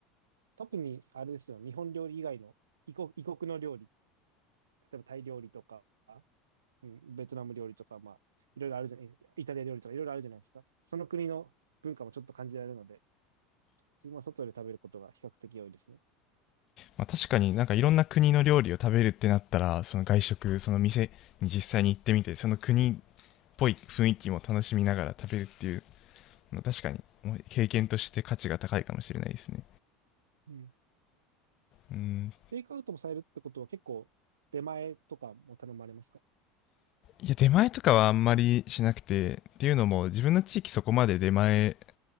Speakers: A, on the right (about 80°); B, on the left (about 50°).
A: 特にあれですよ、日本料理以外の異国、異国の料理、例えばタイ料理とか、うん、ベトナム料理とか、まあ、いろいろあるじゃない、イタリア料理とかいろいろあるじゃないですか。その国の文化もちょっと感じられるので、自分は外で食べることが比較的多いですね。
B: まあ、確かになんかいろんな国の料理を食べるってなったらその外食その店に実際に行ってみてその国っぽい雰囲気も楽しみながら食べるっていうのは確かに経験として価値が高いかもしれないですね
A: うん。
B: うん
A: テイクアウトもされるってことは結構出前とかも頼まれますか
B: いや出前とかはあんまりしなくてっていうのも自分の地域そこまで出前